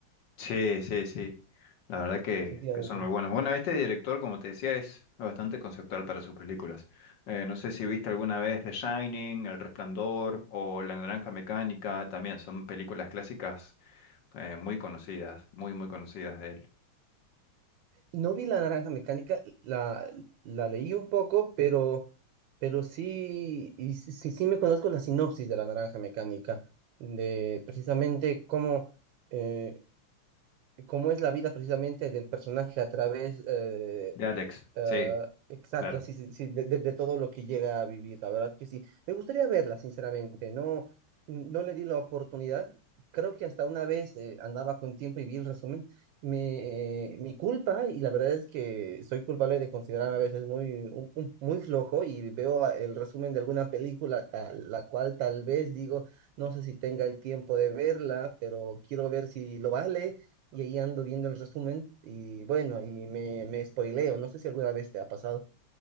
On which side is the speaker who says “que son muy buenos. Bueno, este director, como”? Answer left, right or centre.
Left